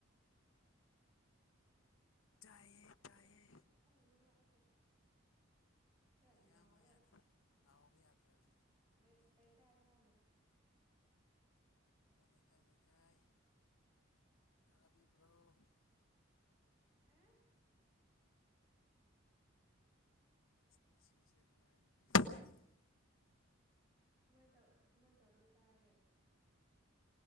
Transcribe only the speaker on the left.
ꯇꯥꯏꯌꯦ ꯇꯥꯏꯌꯦ
ꯍꯧꯖꯤꯛ
ꯉꯥꯡꯕ
ꯌꯥꯗꯦ ꯂꯥꯎꯕ ꯌꯥꯗ꯭ꯔꯦ ꯍꯧꯖꯤꯛ
ꯃꯤ
ꯇꯨꯝꯅꯈ꯭ꯔꯦ
ꯂꯩꯀꯥꯏ ꯂꯩꯀꯥꯏ ꯇꯥꯕꯤꯕ꯭ꯔꯣ
<inaudible>